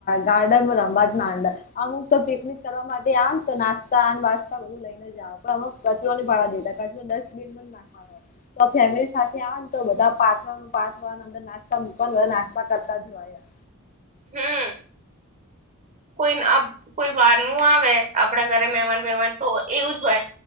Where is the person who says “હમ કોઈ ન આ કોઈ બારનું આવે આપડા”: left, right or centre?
Right